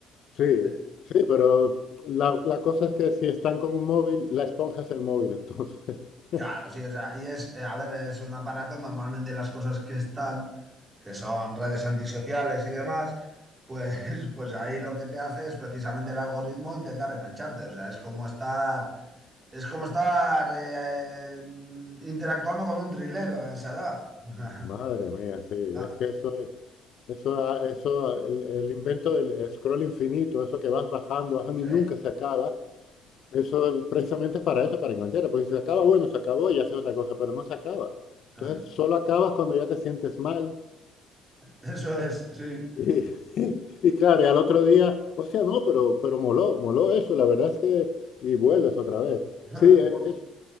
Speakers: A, on the left; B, on the right.
A: sí,
B: Sí.
A: sí, pero la, la cosa es que si están con un móvil, la esponja es el móvil, entonces, <laughs>
B: Claro, sí, o sea, y es, eh, a ver, es un aparato, normalmente las cosas que están, que son redes antisociales y demás, pues, <laughs> pues ahí lo que te hace es precisamente el algoritmo intentar engancharte, o sea, es como estar, es como estar eh, eh, mm, interactuando con un trilero en esa edad. <laughs>
A: madre mía, sí,
B: Ah,
A: es que eso es, eso, ha- eso, ha- el, el invento del scroll infinito, eso que vas bajando, bajando
B: sí.
A: y nunca se acaba, eso precisamente es para eso, para engancharte, porque si se acaba, bueno, se acabó y haces otra cosa, pero no se acaba. Entonces,
B: <laughs>
A: solo acabas cuando ya te sientes mal
B: Eso es, sí.
A: Y, <laughs> y claro, y al otro día, o sea, no, pero, pero moló, moló eso, la verdad es que, y vuelves otra vez.
B: <laughs>
A: Sí, e-
B: Por-
A: es-